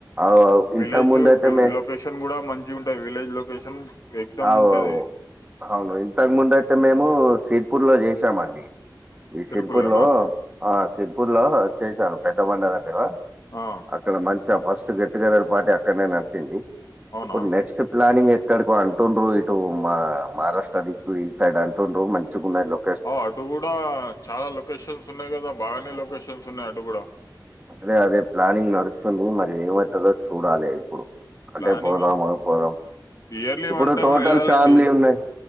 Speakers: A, on the right (about 20°); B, on the left (about 45°).
A: అవు అవు ఇంతకు
B: విలేజ్
A: ముందు అయితే మే
B: లొకేషన్ కూడా మం మంచిగా ఉంటాయి విలేజ్ లొకేషన్ ఎక్దమ్
A: అవు
B: ఉంటది
A: అవు అవును ఇంతకు ముందు అయితే మేము సిర్పూర్ లో చేసామండి ఈ
B: తిరుపుల్లోనా
A: సిర్పూర్ లో ఆ సిర్పూర్ లో చేశాను పెద్ద బండ దగ్గర
B: ఆ
A: ఇక్కడ మంచిగా ఫస్ట్ గెట్ టుగెదర్ పార్టీ అక్కడనే నడిచింది
B: అవునా
A: ఇప్పుడు నెక్స్ట్ ప్లానింగ్ ఎక్కడికో అం టండ్రు ఇటు మా మహారాష్ట్ర దిక్కు ఈ సైడ్ అంటుండ్రు మంచిగా ఉన్న లో
B: ఆ అటు కూడా చాలా లొకేషన్స్ ఉన్నాయి కదా బాగానే లొకేషన్స్ ఉన్నాయి అటు కూడా
A: అదే అదే ప్లానింగ్ నడుస్తుంది మరి ఏమంటదో చూడాలి ఇప్పుడు అంటే
B: ప్లానింగ్
A: పోదామా పోదాం
B: ఇయర్లీ
A: ఇప్పుడు
B: వన్ టైమ్
A: టోటల్
B: వెళ్ళాలండి
A: ఫ్యామిలీ ఉన్నాయి